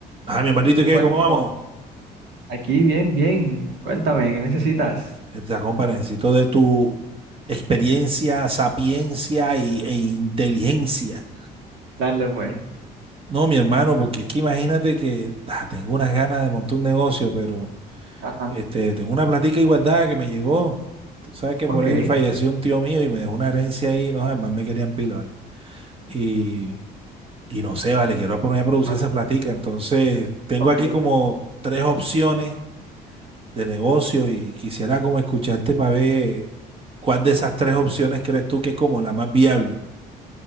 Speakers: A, on the right (about 35°); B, on the right (about 80°).
A: Ah, mi hermanito, ¿y qué?
B: Cuéntalo
A: ¿Cómo vamos?
B: Aquí, bien, bien. Cuéntame, ¿qué necesitas?
A: Esta compa, necesito de tu experiencia, sapiencia y- e inteligencia.
B: Dale, pues.
A: No, mi hermano, porque es que imagínate que ah, tengo unas ganas de montar un negocio, pero
B: Ajá.
A: este, tengo una platica igualdad que me llegó. Tú sabes que
B: Ok.
A: por ahí falleció un tío mío y me dejó una herencia ahí, no, además me querían pila, ¿vale? Y, y no sé, vale, quiero poner a producir
B: Bueno,
A: esa platica. Entonces, tengo
B: Ok.
A: aquí como tres opciones de negocio y quisiera como escucharte para ver cuál de esas tres opciones crees tú que es como la más viable.